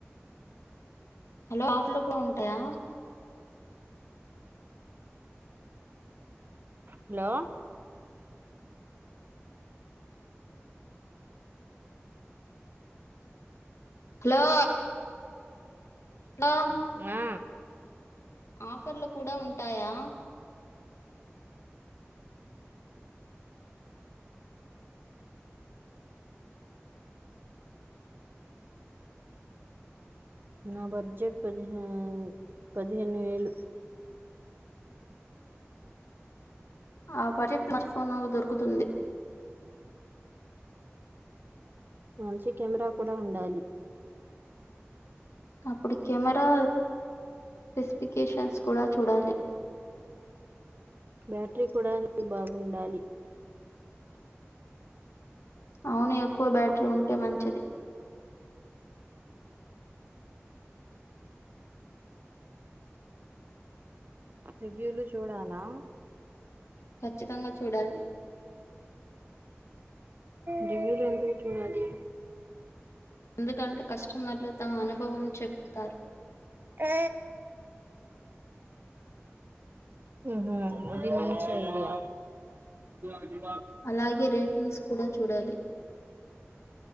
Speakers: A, on the left; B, on the right.
A: షాప్ లో కూ ఉంటయా
B: హలో
A: హలో హలో
B: ఆ
A: ఆఫర్లు కూడా ఉంటాయా
B: నా బడ్జెట్ పదిహే పదిహేను వేలు
A: ఆ బజెట్ ప్లస్ ఫోనూ దొరుకుతుంది
B: మంచి కెమెరా కూడా ఉండాలి
A: అప్పుడు కెమెరా స్పెసిఫికేషన్స్ కూడా చూడాలి
B: బ్యాటరీ కూడా <unintelligible> బాగుండాలి
A: అవును ఎక్కువ బ్యాటరీ ఉంటే మంచిది
B: రివ్యూలు చూడాలా
A: ఖచ్చితంగా చూడాలి
B: రివ్యూలు ఎందుకు చూడాలి
A: ఎందుకంటే కస్టమర్లు తమ అనుభవం చెప్తారు
B: ఆ ఉహూ ఇది మంచి ఐడియా ఎ
A: అలాగే రేటింగ్స్ కూడా చూడాలి.